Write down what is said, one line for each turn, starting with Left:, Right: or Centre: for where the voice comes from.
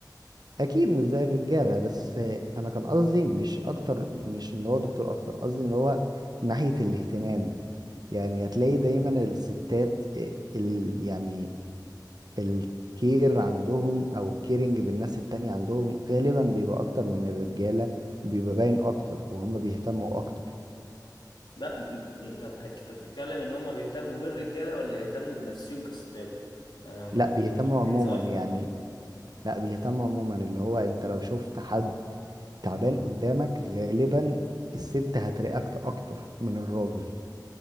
Right: اكيد مش زي الرجاله بس انا كان قصدي مش اكتر مش ان هو دكتور اكتر قصدي ان هو من ناحيه الاهتمام يعني هتلاقي دايما الستات آه، ال يعني الكير عندهم او كيرنج بالناس التانية عندهم غالبا بيبقى اكتر من الرجاله وبيبقى باين اكتر وهم بيهتموا اكتر
Left: بقى م- طب هك- انت بتتكلم ان هم بيهتموا بالرجاله ولا يهتموا بنفسهم كستات ما انا الموضوع
Right: لا بيهتموا
Left: ممكن يكون في
Right: عموما
Left: جنس اخر
Right: يعني لا بيهتم عموما اللي هو انت لو شفت حد تعبان قدامك غالبا الست هترياكت اكتر من الراجل